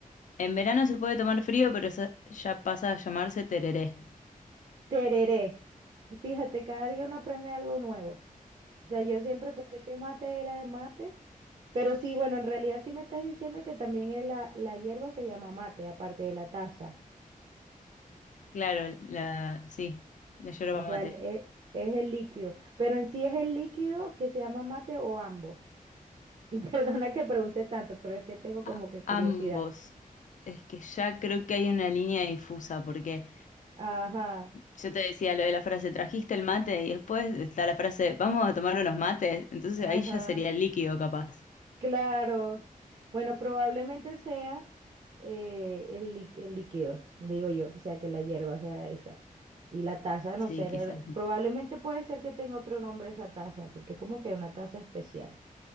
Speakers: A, on the left; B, on the right.
A: en verano se puede tomar frío, pero eso ya pasa a llamarse tereré.
B: Tereré. Ay, Fíjate, cada día uno aprende algo nuevo. O sea, yo siempre pensé que mate era mate, pero sí, bueno, en realidad sí me estás diciendo que también es la, la hierba se llama mate, aparte de la taza.
A: Claro, la, sí, la yerba
B: O sea,
A: mate.
B: el- e- es, el líquido. Pero en sí es el líquido que se llama mate o ambos. Y <laughs> perdona que pregunte tanto, pero es que tengo
A: A-
B: como que curiosidad.
A: ambos. Es que ya creo que hay una línea difusa, porque
B: Ajá,
A: yo te decía lo de la frase, trajiste el mate, y después está la frase, vamos a tomar unos mates. Entonces
B: ajá,
A: ahí ya sería líquido, capaz.
B: claro. Bueno, probablemente sea eh, el, lí- el líquido, digo yo. O sea, que la hierba sea esa. Y la taza, no
A: Sí,
B: sé,
A: quizás.
B: de- probablemente puede ser que tenga otro nombre esa taza, porque es como que una taza especial.